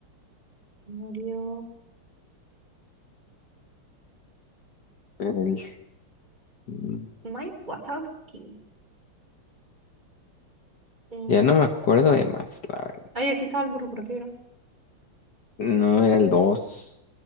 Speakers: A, on the right; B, on the left.
A: Murió.
B: El- mm,
A: Mike Wazowski. Mm,
B: Ya no me acuerdo de más, la verdad.
A: Ay, aquí estaba el burro, ¿por qué era?
B: No era el 2.